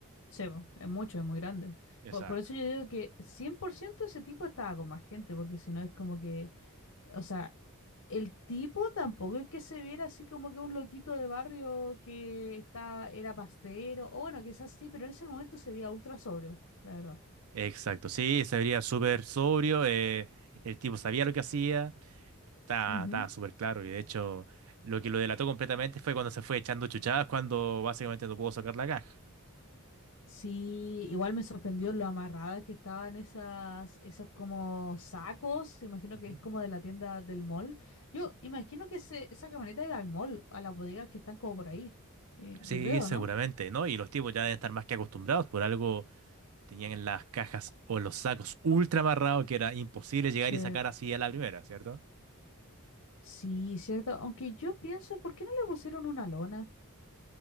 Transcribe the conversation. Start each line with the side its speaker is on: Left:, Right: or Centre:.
Left: Sí, po, es mucho, es muy grande.
Right: Exacto.
Left: Por, por eso yo digo que 100% ese tipo estaba con más gente, porque si no es como que, o sea, El tipo tampoco es que se viera así como que un loquito de barrio que está, era pastero, o bueno, quizás sí, pero en ese momento se veía ultra sobrio, la verdad.
Right: Exacto, sí, se vería súper sobrio, eh, el tipo sabía lo que hacía, estaba,
Left: Ujú.
Right: estaba súper claro y de hecho lo que lo delató completamente fue cuando se fue echando chuchadas cuando básicamente no pudo sacar la caja.
Left: Sí, igual me sorprendió lo amarradas que estaban esas, esos como sacos, imagino
Right: Ujú.
Left: que es como de la tienda del mall. Yo imagino que ese- esa camioneta iba al mall, a las bodegas que están como por ahí. Eh,
Right: Sí,
Left: yo creo,
Right: seguramente,
Left: ¿no?
Right: ¿no? Y los tipos ya deben estar más que acostumbrados, por algo tenían en las cajas o en los sacos ultra amarrados que era imposible llegar
Left: Sí.
Right: y sacar así a la primera, ¿cierto?
Left: Sí, cierto. Aunque yo pienso, ¿por qué no le pusieron una lona?